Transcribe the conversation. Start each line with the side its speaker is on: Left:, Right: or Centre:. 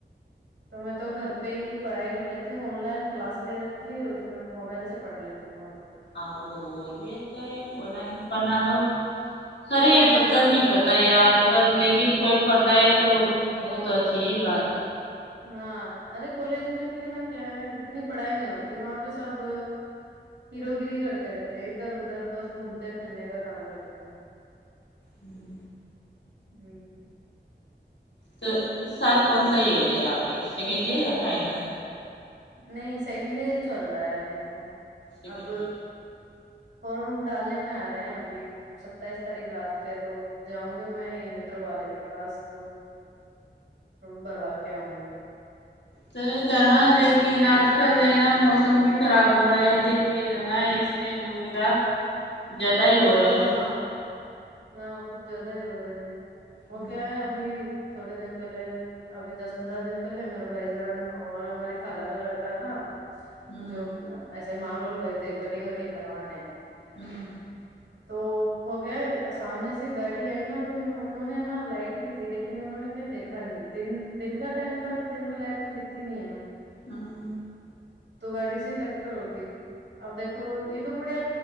Right: تو میں تو گھر پہ ہی پڑھائی کر لیتی ہوں آن لائن کلاس لے رکھی ہے اس میں موبائل سے پڑھ لیتی ہوں تو
Left: آ تو اور بھی اتا ہی وہ لائ اپنا تو ہر
Right: وہ
Left: ایک
Right: کیا ہے
Left: بچہ
Right: نا
Left: نہیں پڑھتا یار پر لیکن کوئی پڑتا ہے تو وہ تو اچھی ہی بات ہے
Right: ہاں ارے کالج میں بھی ہے نا کیا ہے اتنی پڑھائی نہیں ہوتی وہاں پہ سب گیرو گری کرتے رہتے ہیں ادھر ادھر بس گھومتے پھرنے کا کام کرتے ہیں وہ
Left: ہوں
Right: ہوں
Left: تو اس سال کون سا ایئر ہے آپ کے سیکنڈ ایئر یا فائنل
Right: نہیں سیکنڈ ایئر چل رہا ہے ابھی تو
Left: سیکنڈ
Right: اب
Left: ایئر
Right: فارم ڈالنے میں آ رہے ہیں ابھی ستائیس تاریخ لاسٹ ہے تو جاؤں گی میں یہ مترو والے کے پاس تو بھروا کے آؤں گے
Left: چلے جانا لیک عینات کلے نہا موسم بھی خراب ہو رہا ہے دیکھ کے جانا ایکسیڈینٹ وغیرہ زیادہ ہی ہو
Right: ہاں ہاں
Left: رہے
Right: ہاں کچھ زیادہ ہی ہو رہے ہیں وہ
Left: ہوں
Right: کیا ہے ابھی تھوڑے دن پہلے ابھی دس پندرہ دن پہلے میرا بھائی جان اور ہمارے خالا کا لڑکا تھا
Left: ہوں
Right: جو کم بس م رول گئی تھی کٹگ وٹنگ کرنے
Left: ہوں
Right: تو وہ کیا سامنے سے گاڑی آئی نا تو انہوں نے نا لائٹ بھی دی لیکن انہوں نے کیا دیکھا نہیں دن دن کا ٹائم تھا تو دن میں لائٹ تو دکھتی نہیں ہے
Left: ہاں
Right: بڈی سی ٹکر ہوگی اب دیکو یہ تو بڑھیا